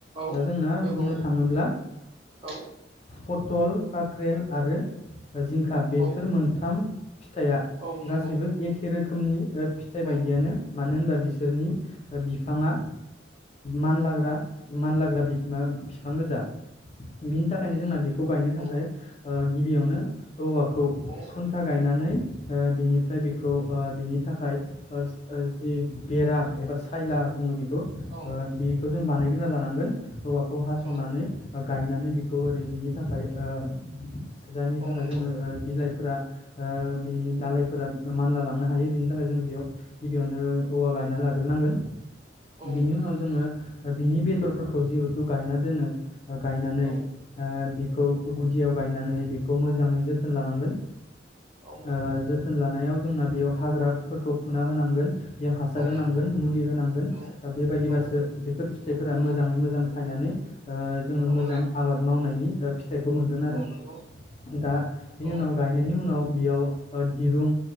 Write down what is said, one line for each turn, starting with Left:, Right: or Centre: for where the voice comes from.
Right: औ
Left: दा जोंना
Right: दे
Left: बुंनो
Right: बुं
Left: थाङोब्ला
Right: औ
Left: पटल काख्रेल आरो जिंखा बेसोर
Right: औ
Left: मोनथाम फिथाइआ
Right: औ नंगौ
Left: गासैबो एखे रोखोमनि फिथाइ बायदियानो
Right: औ
Left: मानो होनबा बिसोरनि बिफाङा मानलाग्रा मानलाग्रा बिफां गोजा बिनि थाखाय <unintelligible> जोंना बेखौ गायनो थाखाय
Right: औ
Left: गिबियावनो औवाखौ
Right: औ
Left: खुन्था गायनानै ओ बिनिफ्राय बेखौ ओ बिनि थाखाय ओ जि बेरा एबा सायला बुङो बेखौ बेखौ
Right: औ
Left: ओ बेखौ जों बानायग्रोना लानांगौ गोन औवाखौ हासनानै
Right: औ
Left: गायनानै बिखौ ओरै बिनि थाखाय ओ जाय नि थाखाय
Right: औ नंगौ
Left: जोङो बिलाइफोर फोरा ओ बिनि दालायफोरा मानला लांनो हायो बिनि थाखाय जों बेयाव गिबियावनो औवा गायना लाग्रो नांगोन
Right: औ
Left: बेनि उनाव जोङो बिनि बेदरफोरखौ जिहेथु गायना दोनो गायनानै
Right: औ
Left: ओ बि खौ गुदियाव गायनानै बेखौ खौ मोजाङै जोथोन लानांगोन
Right: औ
Left: ओ जोथोन लानायाव जोंना बेयाव हाग्राफोरखौ फुना होनांगोन बेयाव हासार
Right: औ
Left: होनांगोन
Right: नंगौ
Left: मुलि होनांगोन
Right: औ
Left: बेबायदिबासो
Right: औ
Left: बेफोर फिथाइफोरा मोजाङै
Right: औ
Left: मोजां थायनानै ओ जोङो
Right: औ
Left: मोजां आबाद मावनायनि <unintelligible> फिथाइखौ मोनगोन आरो
Right: औ नंगौ
Left: दा बेनि
Right: औ
Left: उनाव गायनायनि उनाव बेयाव ओ दिरुं